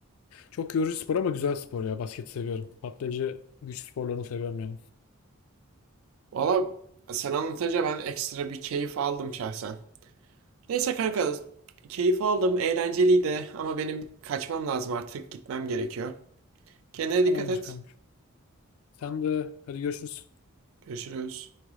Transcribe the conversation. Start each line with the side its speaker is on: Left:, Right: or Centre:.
Left: Çok yorucu spor ama güzel spor ya. Basketi seviyorum. Patlayıcı güç sporlarını seviyorum yani.
Right: Valla sen anlatınca ben ekstra bir keyif aldım şahsen. Neyse kanka keyif aldım, eğlenceliydi ama benim kaçmam lazım artık, gitmem gerekiyor. Kendine
Left: Tamamdır
Right: dikkat et.
Left: kanka. Sen de hadi görüşürüz.
Right: Görüşürüz.